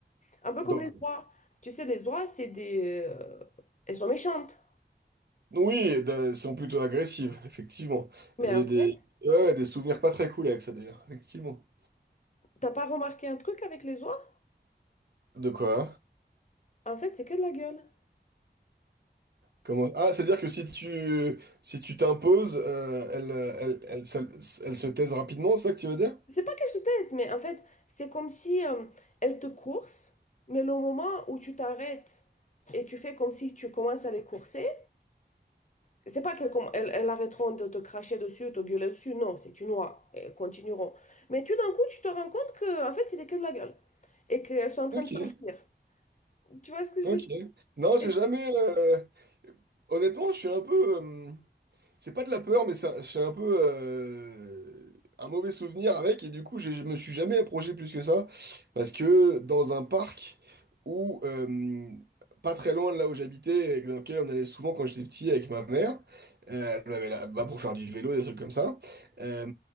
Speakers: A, on the left; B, on the right.
A: Un peu
B: Donc,
A: comme les oies. Tu sais, les oies, c'est des... euh, elles sont méchantes.
B: oui, elles sont plutôt agressives, effectivement.
A: Mais
B: J'ai
A: en fait,
B: des, ouais, des souvenirs pas très cool avec ça, d'ailleurs. Effectivement.
A: t'as pas remarqué un truc avec les oies?
B: De quoi?
A: En fait, c'est que de la gueule.
B: Comment... Ah, c'est-à-dire que si tu si tu t'imposes, euh, elle, euh, elle, elle, se elle se taise rapidement, c'est ça que tu veux dire?
A: C'est pas qu'elle se taise, mais en fait, c'est comme si euh, elle te course, mais le moment où tu t'arrêtes et tu fais comme si tu commences à les courser, c'est pas qu'elles comm- elles, elles arrêteront de te cracher dessus, de te gueuler dessus, non, c'est une loi, elles continueront. Mais tout d'un coup, tu te rends compte que, en fait, c'était que de la gueule et qu'elles sont en train
B: Ok.
A: de s'enfuir. Tu vois ce que
B: Ok.
A: je veux dire?
B: Non, j'ai
A: Et-
B: jamais. euh, Honnêtement, je suis un peu. euh, C'est pas de la peur, mais c'est c'est un peu euh, un mauvais souvenir avec. Et du coup, j'ai- je me suis jamais approché plus que ça. Parce que dans un parc où. euh, Pas très loin de là où j'habitais, et dans lequel on allait souvent quand j'étais petit avec ma mère, euh, elle m'avait là- bah, pour faire du vélo, des trucs comme ça. Euh,